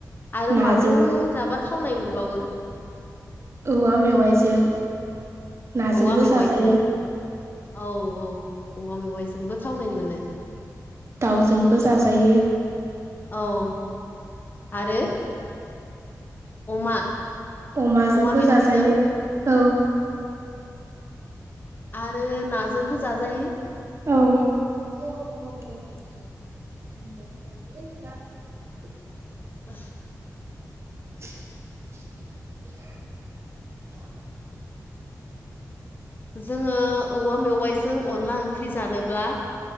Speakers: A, on the left; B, on the right.
A: आरो
B: नाजों
A: माजों जाबा था थावनाय मोनबावो।
B: औवा मेवाइजों नाजोंबो
A: औवा मेवाइजों
B: जाजायो
A: औ औ। औवा मेवायजोंबो थावनाय मोनो।
B: दाउजोंबो जाजायो।
A: औ आरो अमा
B: अमाजोंबो
A: अमा बेदरजों
B: जाजायो औ।
A: आरो नाजोंबो जाजायो।
B: औ। <inaudible>
A: <inaudible>
B: <inaudible>
A: जोङो औवा मेवाइजों अनला ओंख्रि जानोब्ला